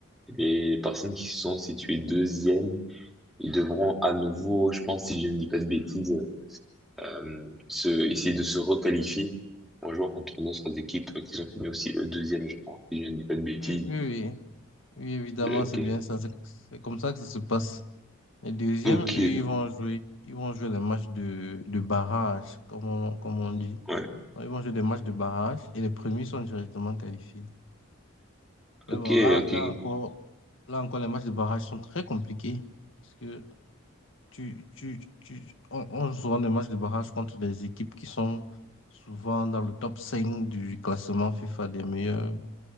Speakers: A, in the centre; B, on the left.
A: les personnes qui sont situées deuxième, ils devront à nouveau, je pense, si je ne dis pas de bêtises, euh, se, essayer de se requalifier en jouant contre d'autres équipes qui sont finies aussi eux, deuxième, je pense, si je ne dis pas de bêtises.
B: Oui, oui, oui. Oui, évidemment,
A: Euh, Ok.
B: c'est bien ça. C'est c'est comme ça que ça se passe. Les deuxièmes,
A: Ok.
B: eux, ils vont jouer. Ils vont jouer les matchs de, de barrage, comme on, comme on dit.
A: Ouais.
B: Donc, ils vont jouer des matchs de barrage et les premiers sont directement qualifiés. Mais
A: Ok,
B: bon, là,
A: ok.
B: là encore, là encore, les matchs de barrage sont très compliqués. parce que tu, tu, tu, on, on joue souvent des matchs de barrage contre des équipes qui sont souvent dans le top 5 du classement FIFA des meilleurs,